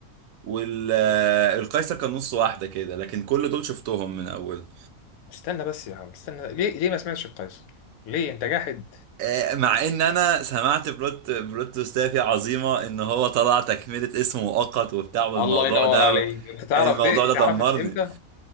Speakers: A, on the right; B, on the left.
A: والقيصر كان نص واحده كده لكن كل دول شفتهم من اول
B: استنى بس يا عم استنى ليه ليه ما سمعتش القيصر ليه انت جاحد
A: آه، مع ان انا سمعت بلوت بلوت تويستات عظيمه ان هو طلع تكمله اسم مؤقت وبتاع والموضوع
B: الله ينور
A: ده
B: عليك انت تعرف
A: الموضوع
B: دي
A: ده
B: اتعرفت
A: دمرني
B: امتى